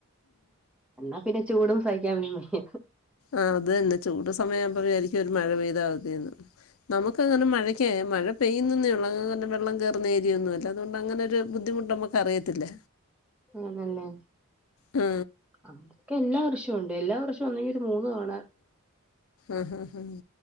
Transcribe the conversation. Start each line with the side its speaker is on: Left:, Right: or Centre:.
Centre: എന്നാ പിന്നെ ചൂടും സഹിക്കാൻ. വയ്യ
Left: ആ അത് തന്നെ ചൂട് സമയ ആകുമ്പോഴ വിചാരിക്കും ഒരു മഴ പ്രീത മതിയായിരുന്നു. നമുക്ക് അങ്ങനെ മഴക്ക മഴ പെയ്യുന്നന്നേ ഉള്ളു വെള്ളം കയറുന ഏരിയൊന്നുമല്ല അതൊണ്ട് അങ്ങനൊ ഒരു ബുദ്ധിമുട്ട് നമു ക്ക് അറിയത്തില്ല.
Centre: അതല്ലേ
Left: ആ
Centre: നമുക്ക് എല്ലാ വർഷവും ഉണ്ട് എല്ലാ വർഷവും ഒന്നെങ്കിൽ ഒരു മൂന്ന് തവണ.
Left: ആഹ ഹഹ ഹഹ.